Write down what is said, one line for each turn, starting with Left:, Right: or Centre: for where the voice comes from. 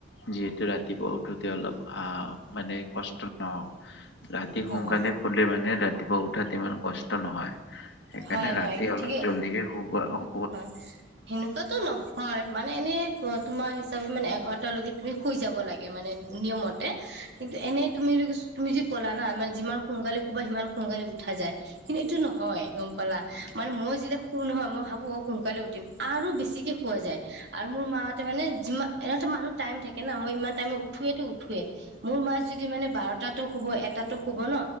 Left: যিহেতু ৰাতিপুৱা উঠোতে অলপ আহ মানে কষ্ট নহওক ৰাতি
Right: হয়
Left: সোনকালে শুলে মানে ৰাতিপুৱা উঠাত ইমান কষ্ট নহয়। সেইকাৰণে
Right: হয়
Left: ৰাতি
Right: হয় এইটো
Left: অলপ
Right: ঠিকেই
Left: জল্দিকে শুবা অ
Right: হয়। সেনেকুৱাতো ন হয়। মানে এনেই তোমাৰ হিচাপে মানে এঘাৰটা লেকে তুমি শুই যাব লাগে মানে নিয়মতে কিন্তু এনেই তুমি তুমি যি ক'লা না মানে যিমান সোনকালে শুবা সিমান সোনকালে উঠা যায়। কিন্তু এইটো নহয় গম পালা মানে মই যেতিয়া শু শু নহয় মই ভাবো শুৱ সোনকালে উঠিম আৰু বেছিকে শুৱা যায়, আৰু মোৰ মা হতে মানে যিমান এনেতো মানুহ টাইম থাকে মই ইমান টাইমে উঠোৱেতো উঠোৱে মোৰ মা যদি মানে বাৰটাতো শুব, এটাতো শুব ন